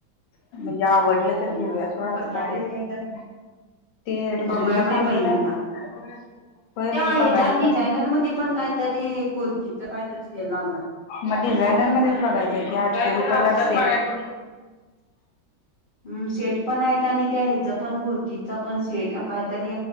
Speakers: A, on the left; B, on the left.
A: म्हणजे आवडलं तर घेऊया सोड असं
B: कसला
A: काय
B: ड्रेस
A: नाही.
B: घ्यायचा
A: ते ऋतूजा
B: बघूया
A: ते
B: बाई
A: सांग
B: पहिल्यांदा
A: ना का होयस
B: त्या
A: की
B: ह्याच्यात
A: बघायचा.
B: डिझायनर मध्ये पण काहीतरी कुर्तीच काहीतरी सेल लागलाय
A: मग डिझायनर मध्ये बघायचंय की आठशे रुपयेला सेट.
B: हम् सेट पण आहेत. आनी त्या ह्याचा पण कुर्तीचा पण सेट काहीतरी